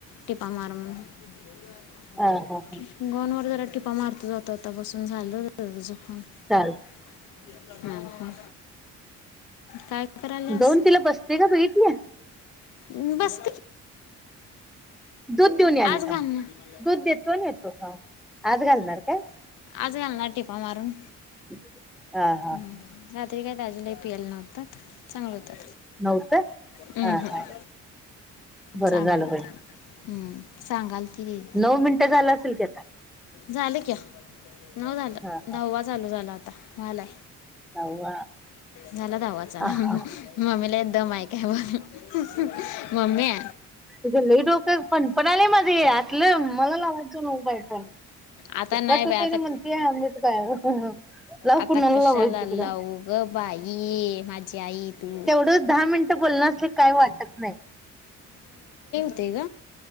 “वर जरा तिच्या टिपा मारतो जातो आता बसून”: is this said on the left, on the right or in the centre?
Left